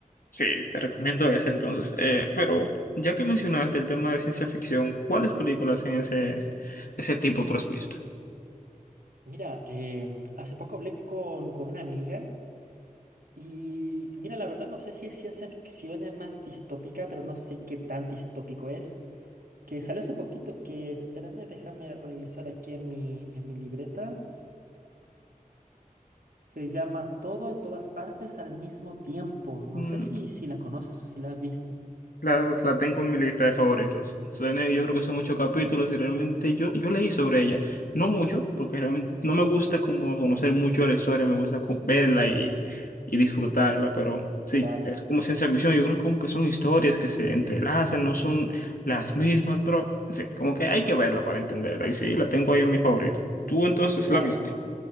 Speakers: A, on the left; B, on the right.
A: Sí, te recomiendo ese entonces. Eh, pero ya que mencionaste el tema de ciencia ficción, ¿cuáles películas en ese, ese tipo tú has visto?
B: Mira, em, hace poco hablé con, con una amiga y mira, la verdad no sé si es ciencia ficción, es más distópica, pero no sé qué tan distópico es. Que salió hace poquito, que espérame, déjame revisar aquí en mi, en mi libreta. Se llama Todo en todas partes al mismo tiempo. No
A: Mm,
B: sé si, si la conoces o si la has visto.
A: La, la tengo en mi lista de favoritos. suene yo creo que son ocho capítulos y realmente yo, yo leí sobre ella. No mucho, porque realmente no me gusta como conocer mucho de la historia, me gusta co- verla y, y disfrutarla, pero sí,
B: Claro,
A: es como ciencia ficción. Yo creo como que son historias que se entrelazan, no son las mismas, pero en fin, como que hay que verla para entenderla. Y sí, la tengo ahí en mi favorito. ¿Tú entonces
B: claro.
A: la viste?